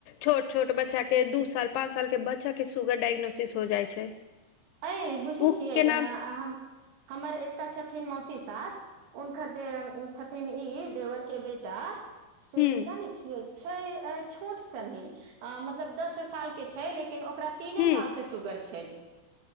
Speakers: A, on the left (about 80°); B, on the right (about 80°).
A: छोट छोट बच्चा के दू साल पाँच साल के बच्चा के सुगर डायग्नोसिस हो जाइ छै।
B: अंय बुझै
A: ओ
B: छियै
A: केना
B: हम हमर एक एकटा छथिन मौसी सास उनकर जे छथिन ई देवर के बेटा से
A: हूँ
B: जानै छीये छय अय छोट सनी अं मतलब दसे साल के छै लेकिन ओकरा तीने
A: हूँ
B: साल से सुगर छै। <inaudible>